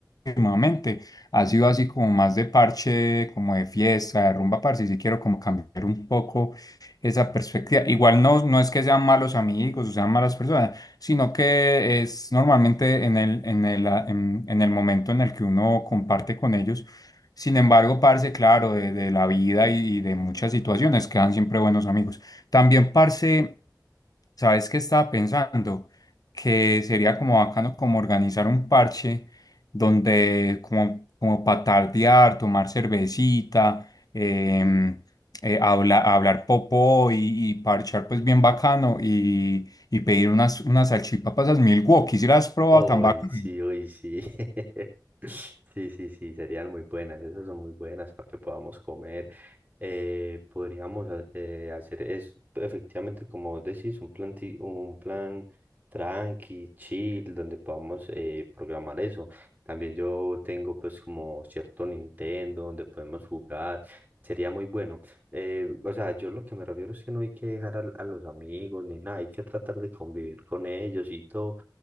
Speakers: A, on the left; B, on the right.
A: últimamente, ha sido así como más de parche, como de fiesta, de rumba, parce. Y sí quiero como cambiar un poco esa perspectiva. Igual no, no es que sean malos amigos o sean malas personas sino que es normalmente en el, en el, ah, en, en el momento en el que uno comparte con ellos. Sin embargo, parce, claro, de, de la vida y, y de muchas situaciones quedan siempre buenos amigos. También, parce, ¿Sabes qué estaba pensando? Que sería como bacano como organizar un parche donde como, como patardear, tomar cervecita, em, eh, habla- hablar popó y, y parchar pues bien bacano y, y pedir unas, unas salchipapas al Milwaukee. ¿si las has probado
B: Hoy
A: tan bacano?
B: sí, hoy sí. <laughs> Sí, sí, sí, serían muy buenas. Esas son muy buenas para que podamos comer. Eh, podríamos ha- eh, hacer es efectivamente, como vos decís, un plan, ti- un plan tranqui, chill, donde podamos eh, programar eso. También yo tengo pues como cierto Nintendo donde podemos jugar. Sería muy bueno. Eh, o sea, yo lo que me refiero es que no hay que dejar al- a los amigos ni nada, hay que tratar de convivir con ellos y todo